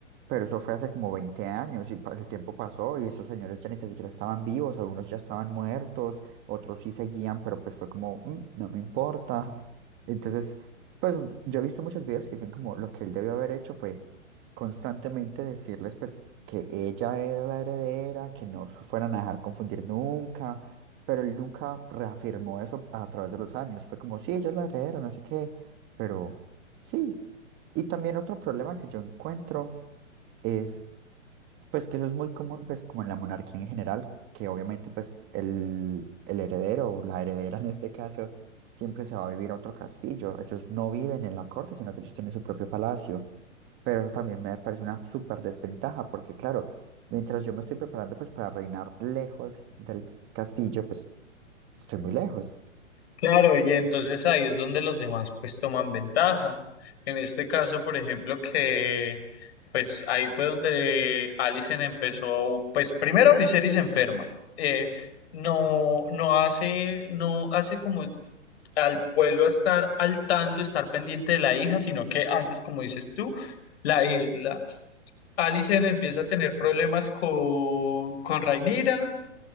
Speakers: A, on the right; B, on the left.
A: Pero eso fue hace como 20 años y pa- el tiempo pasó y esos señores ya ni tan siquiera estaban vivos, algunos ya estaban muertos, otros sí seguían, pero pues fue como, "Mm, no me importa. Entonces, pues yo he visto muchos videos que dicen como lo que él debió haber hecho fue constantemente decirles pues que ella era la heredera, que no se fueran a dejar confundir nunca, pero él nunca reafirmó eso a través de los años. Fue como, sí, ella es la heredera, no sé qué, pero sí. Y también otro problema que yo encuentro es, pues que eso es muy común, pues como en la monarquía en general, que obviamente pues el, el heredero, o la heredera en este caso, siempre se va a vivir a otro castillo. Ellos no viven en la corte, sino que ellos tienen su propio palacio. Pero eso también me parece una súper desventaja, porque claro, mientras yo me estoy preparando pues para reinar lejos del castillo, pues estoy muy lejos.
B: claro, y entonces ahí es donde los demás pues toman ventaja. En este caso, por ejemplo, que pues ahí fue donde Alicent empezó, pues primero Viserys se enferma. Eh, no, no hace, no hace como al pueblo estar al tanto, estar pendiente de la hija, sino que antes, como dices tú, la isla. Alicent empieza a tener problemas con, con Rhaenyra,